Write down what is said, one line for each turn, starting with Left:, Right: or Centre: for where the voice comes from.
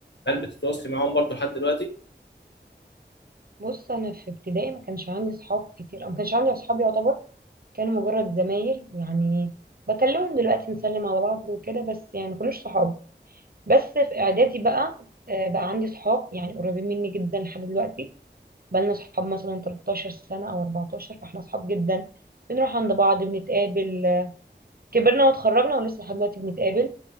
Left: هل بتتواصلي معاهم برضو لحد دلوقتي
Right: بص انا في ابتدائي ما كانش عندي صحاب كتير او ما كانش عندي اصحاب يعتبر كانوا مجرد زمايل يعني بكلمهم دلوقتي نسلم على بعض وكده بس يعني ما كانوش صحاب بس في اعدادي بقى آه، بقى عندي صحاب يعني قريبين مني جدا لحد دلوقتي بقى لنا صحاب مثلا 13 سنة او 14 فاحنا صحاب جدا بنروح عند بعض بنتقابل آه، كبرنا واتخرجنا ولسه لحد دلوقتي بنتقابل